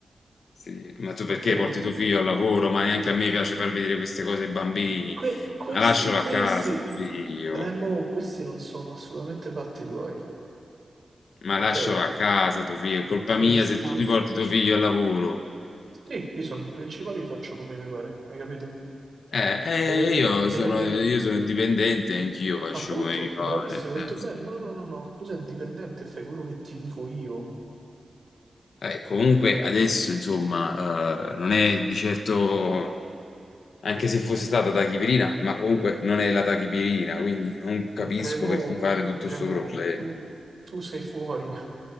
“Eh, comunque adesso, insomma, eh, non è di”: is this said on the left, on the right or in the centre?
Left